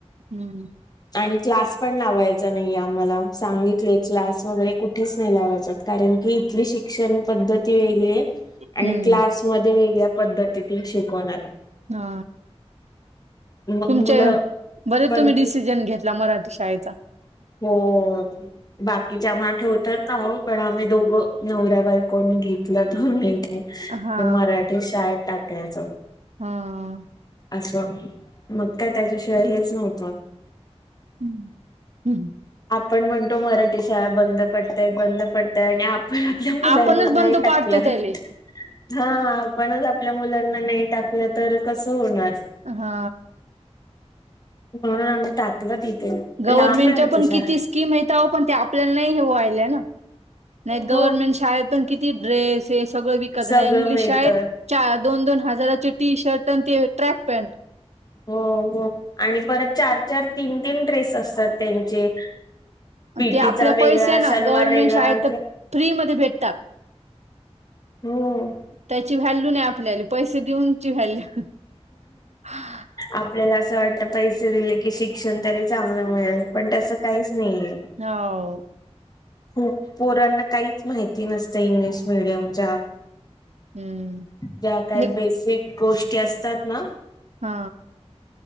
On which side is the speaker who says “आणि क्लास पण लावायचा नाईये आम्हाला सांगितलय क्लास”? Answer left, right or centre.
Left